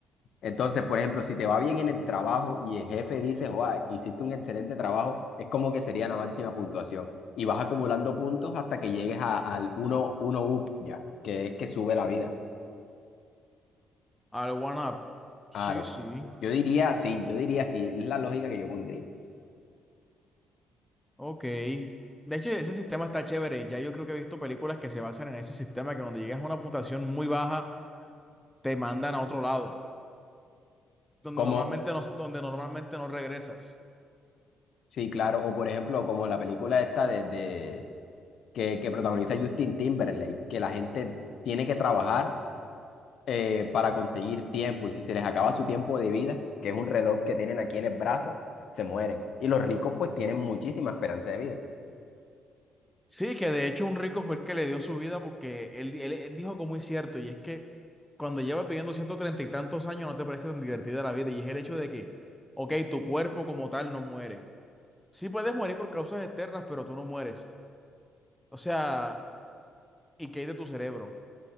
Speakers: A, on the left; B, in the centre.
A: Entonces, por ejemplo, si te va bien en el trabajo y el jefe dice, joa, hiciste un excelente trabajo, es como que sería la máxima puntuación. Y vas acumulando puntos hasta que llegues a- al uno uno up ya, que es que sube la vida.
B: Al One Up. Sí,
A: Claro.
B: sí.
A: Yo diría, sí, yo diría, sí, es la lógica que yo pondría.
B: Ok. De hecho, ese sistema está chévere. Ya yo creo que he visto películas que se basan en ese sistema, que cuando llegas a una puntuación muy baja, te mandan a otro lado, donde
A: Como,
B: normalmente no, donde normalmente no regresas.
A: sí, claro, o por ejemplo, como la película esta de, de- que, que protagoniza Justin Timberlake, que la gente tiene que trabajar eh, para conseguir tiempo. Y si se les acaba su tiempo de vida, que es un reloj que tienen aquí en el brazo, se mueren. Y los ricos pues tienen muchísima esperanza de vida.
B: Sí, que de hecho un rico fue el que le dio su vida porque él, él- él dijo algo muy cierto y es que cuando llevas viviendo 130 y tantos años no te parece tan divertida la vida y es el hecho de que, ok, tu cuerpo como tal no muere. Sí puedes morir por causas externas, pero tú no mueres. O sea, ¿y qué hay de tu cerebro?